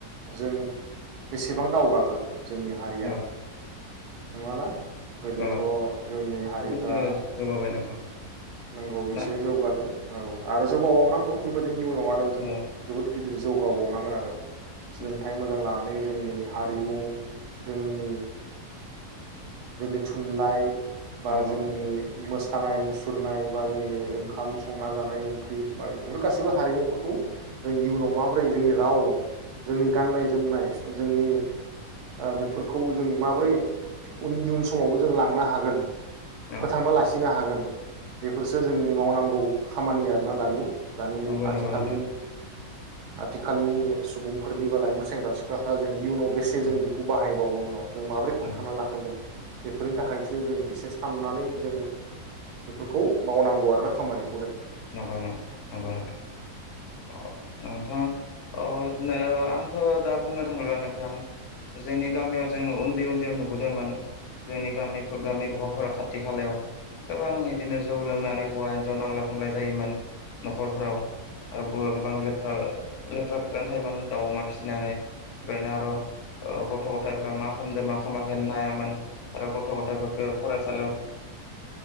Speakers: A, on the right; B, on the left.
A: जों बेसेबां दावगाखो जोंनि हारिया
B: औ औ
A: हमना ला गोदोथ'
B: औ
A: जोंनि हारिफ्रा
B: बहुद जौगाबाय नोंथां
A: नंगौ एसे
B: ना
A: जौगादों औ आरो जौगाबावनांगौ बेबायदिनो इयुनाव आरो जों
B: औ
A: जोबोद गिदिर जौगाबावनांगोन आरो सोलोंथाइ
B: औ
A: मोजां लानानै जोंनि हारिमु जोंनि जोंनि थुनलाइ
B: औ
A: बा
B: नंगौ
A: जोंनि
B: नोंथां
A: मोसौ मोसानाय मुसुरनाय बा जोंनि ओंखाम संना जानाय ओंख्रि बेफोर गासैबो हारिमुफोरखौ जों इयुनाव माबोरै जोंनि राव जोंनि गाननाय जोमनाय जोंनि ओ बेफोरखौ जों माबोरै इयुन समावबो जों लांनो हागोन
B: औ
A: फोथांना लाखिनो हागोन बेफोरसो जोंनि मावनांगौ खामानि आरोना दानि। दानि
B: नंगौ
A: आथिखालनि
B: नंगौ नोंथां
A: आथिखालनि सुबुंफोरनि बा लाइमोन सेंग्रा सिख्लाफ्रा जों इयुनाव बेसे
B: औ
A: जों बेखौ बाहायबावनो जों माबोरै फोथांना
B: औ
A: लाखिगोन बेफोरनि थाखायसो जों एसे साननानै जों बेफोरखौ मावनांगौ आर ना खामानि।
B: नंगो नों नंगौ नोंथां अ नोंथां अ नो आंथ' दा बुंनो थाङोब्ला नोंथां जोंनि गामियाव जों उन्दै उन्दैयाव नुबोदोंमोन मान जोंनि गामि गामि गफाफोरा खाथि खालायाव गोबां बिदिनो जौ लोंनानै हौवा हिनजाव नांलाय ख खमलाय जायोमोन न'खरफोराव आरो ब गोबां लेथ्रा लेथ्रा फेथ्रनानै खमलाय जायोमोन न'खरफोराव आरो बोर गोबां लेथ्रा लेथ्रा फेथ्रानो थायोमोन दाउ अमा फिसिनानै बेनो आरो गथ' गथायफोरा मा खालामदों मा खामाखै नायामोन आरो गथ' गथाइफोरखौ फरायसालियाव